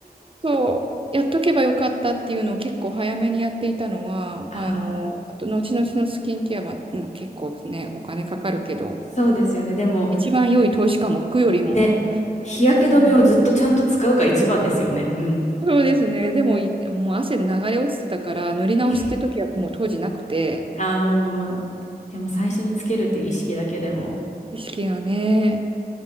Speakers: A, on the right; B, on the left.
A: そう、やっとけばよかったっていうのを結構早めにやっていたのは、
B: <laughs>
A: あの、
B: ああ
A: あと後々のスキンケアももう結構ね、お金かかるけど、
B: そうですよね。でも、
A: 一番良い投資かも、服よりも。
B: ね、日焼け止めをずっとちゃんと使うが一番ですよね。
A: うん
B: うん。
A: そうですね。でも、いもう汗で流れ落ちてたから、塗り直しって時はもう当時なくて、
B: <laughs> ああ、まあまあまあ。でも最初につけるっていう意識だけでも、
A: 意識がね。